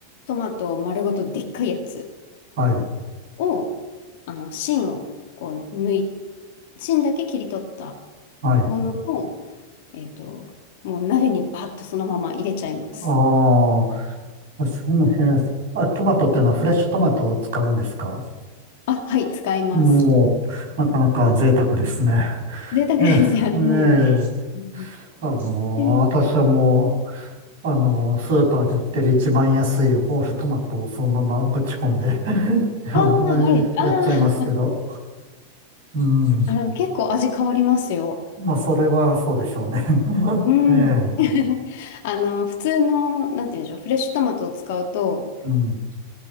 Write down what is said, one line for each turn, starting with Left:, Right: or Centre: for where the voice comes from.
Left: トマト丸ごとでっかいやつ
Right: はい、
Left: を、あの、芯を、こう、抜い、芯だけ切り取った
Right: はい。
Left: ものを、えっと、もう鍋にバッとそのまま入れちゃいます。
Right: ああ、あそうなんですねあ、トマトってのはフレッシュトマトを使うんですか
Left: あ、はい、使います。
Right: もう、なかなか贅沢ですね。
Left: 贅沢ですよね。
Right: ええ、ええ、
Left: うん
Right: あの私はも
Left: で
Right: う、あのスーパーで売ってる一番安いホールトマトをそのままぶち込んで <laughs> あえやっちゃいますけど。
Left: ああ、はい、ああ。
Right: うん。
Left: あの、結構味変わりますよ。
Right: まあ、それはそうでしょうね。<laughs>
Left: うん。
Right: ええ、
Left: <laughs> あの、普通の、なんて言うんでしょう、フレッシュトマトを使うと、
Right: うん。